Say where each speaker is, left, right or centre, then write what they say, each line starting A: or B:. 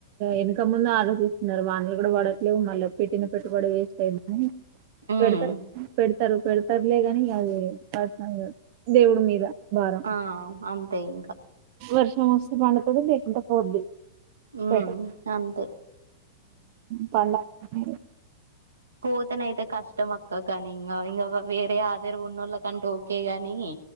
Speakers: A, on the right (about 50°); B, on the right (about 85°).
A: ఇనక ముందు ఆర్డర్ తీస్తున్నారు వానలు కూడా పడట్లేవు మళ్ళ, పెట్టిన పెట్టు కూడా వేస్ట్ అయిందిని
B: ఉమ్
A: పెడతారు పెడతా సరే సరేలే పర్లేదు అని బయలుదేరాను పర్సనల్ దేవుడి మీద భారం
B: ఆ అంతే ఇంకా
A: వర్షం వస్తే అనుకుని పండుతుంది లేకుంట పోద్ది.
B: ఉమ్
A: పెట్ట
B: అంతే
A: పండగ <unintelligible>
B: పోతనయితే కష్ట టమోటో క్క కానీ ఇంకా ఇంకా వేరే ఆదార ఉన్న వాళ్ళ కంటే ఓకే గాని